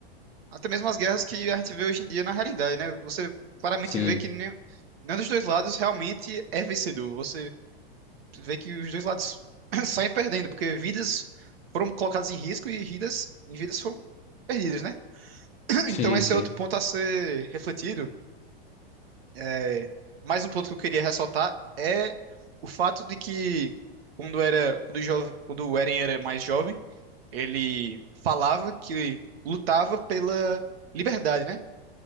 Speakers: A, on the right; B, on the left.
A: até mesmo as guerras que a gente vê hoje em dia na realidade, né? Você claramente
B: Sim,
A: vê que nem, nenhum dos dois lados realmente é vencedor. Você vê que os dois lados <coughs> <clears throat> saem perdendo, porque vidas foram colocadas em risco e vidas, e vidas foram perdidas, né? <clears throat>
B: sim,
A: Então, esse
B: sim.
A: é outro ponto a ser refletido. É, mais um ponto que eu queria ressaltar é o fato de que quando era quando, jo- quando o Eren era mais jovem, ele falava que lutava pela liberdade, né?